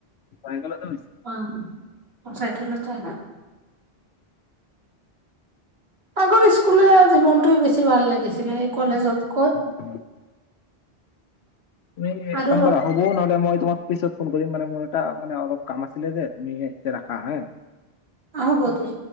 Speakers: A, on the left; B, on the right.
A: চাইকেলতে গৈছি
B: অ', অ' চাইকেলতে আহা? আগৰ স্কুলীয়া জীৱনটোৱে বেছি ভাল লাগিছিলে। কলেজত
A: <unintelligible> তুমি
B: আৰু
A: কাম কৰা? হ'ব নহ'লে মই তোমাক পিছত ফোন কৰিম মানে মোৰ এটা মানে অলপ কাম আছিলে যে, তুমি এতিয়া ৰাখা হা।
B: অ' হ'ব দিয়া।